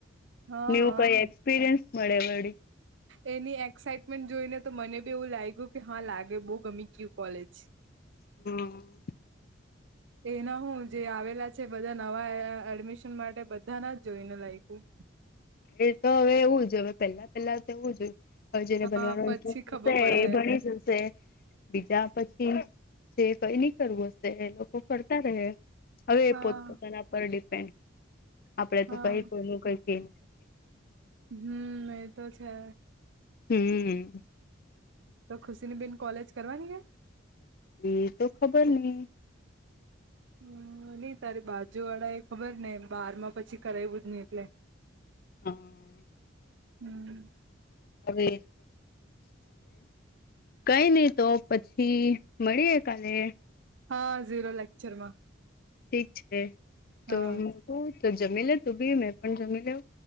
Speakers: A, on the right; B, on the left.
A: હા
B: ન્યવ
A: હા
B: કઈ એક્સપિરિયન્સ મળે એ વળી
A: એની એક્સાાઈટમેન્ટ જોઈને તો મને બી એવું લાગ્યું કે હા લાગે બહુ ગમી ગયું કોલેજ <unintelligible>
B: હમ
A: એના હું જે આવેલા છે બધા નવા એડમિશન માટે બધા ના જ જોઈને લાયકું
B: એ તો હવે એવું જ હવે પેલા પેલા તોવું જોય જેને
A: હા
B: બનવાનો
A: પછી
B: ઇન્ટરેસ્ટ
A: ખબર
B: હશે
A: પડે
B: એ ભણી જશે બીજા પછી જે કઈ નઈ કરવું હ લોકો કરતા રહે હવે એ
A: હા
B: પોતપતાના પર ડિપેન્ડ આપડે તો
A: હા
B: કઈ કોઈ કઈ કે
A: હમ એતો છે
B: હમ
A: તો ખુશી ની બેેન કોલેજ કરવાની કે
B: એ તો ખબર નઈ
A: હ નઈ તારે બાજુ વાળા એ ખબર ને બાર માં પછી કરાવવું જ નહી એટલે
B: હમ
A: હમ
B: હવે <unintelligible> કઈ નહી તો પછી મળીએ કાલે
A: હા ઝીરો લેક્ચરમાં
B: ઠીક છે તોકું
A: હા
B: તો જમી લે તું બી મેં પણ જમી લેવ